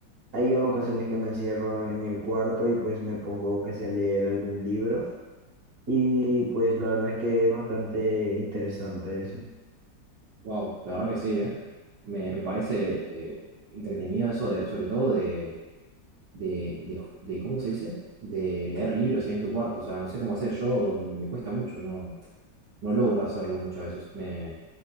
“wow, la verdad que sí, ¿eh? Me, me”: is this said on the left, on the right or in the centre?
Right